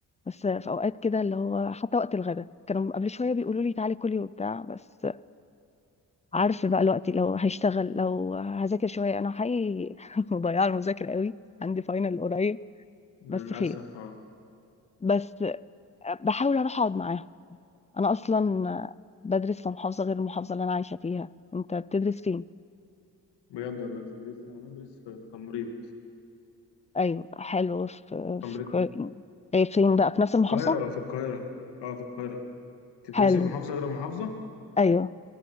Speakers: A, on the left (about 15°); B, on the left (about 90°).
A: بس في اوقات كده اللي هو حتى وقت الغداء كانوا قبل شويه بيقولوا لي تعالي كلي وبتاع بس عارف بقى الوقت لو هشتغل لو هذاكر شويه انا حقيقي <laughs> مضيعه المذاكره قوي عندي فاينل قريب
B: للأسف
A: بس خير
B: اه
A: بس بحاول اروح اقعد معاهم انا اصلا بدرس في محافظه غير المحافظه اللي انا عايشه فيها انت بتدرس فين
B: بجد والله تدريس أنا أدرس في التمريض
A: ايوه حلو في
B: تمريض
A: في كو- إيه، فين بقى في نفس
B: في
A: المحافظه
B: القاهرة اه في القاهرة اه في القاهرة أنت بتدرسي
A: حلو
B: في محافظة غير محافظة؟
A: ايوه